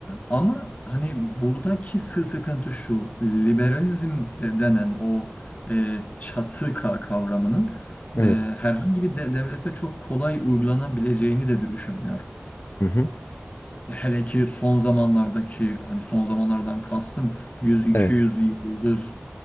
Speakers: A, on the left; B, on the left.
A: ama hani buradaki sı- sıkıntı şu, liberalizm de, denen o e, çatı ka- kavramının e,
B: evet.
A: herhangi bir de- devlette çok kolay uygulanabileceğini de dü- düşünmüyorum.
B: Hı hı,
A: Hele ki son zamanlardaki hani son zamanlardan kastım yüz iki
B: evet.
A: yüz yıldır